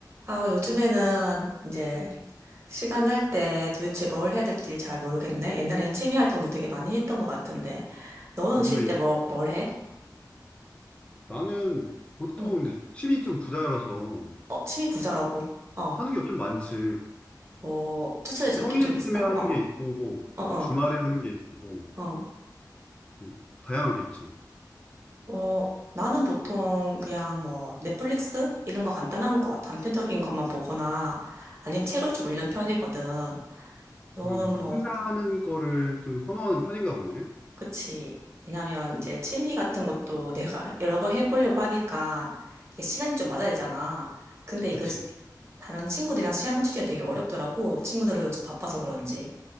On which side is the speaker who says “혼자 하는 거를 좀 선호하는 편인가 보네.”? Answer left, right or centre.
Left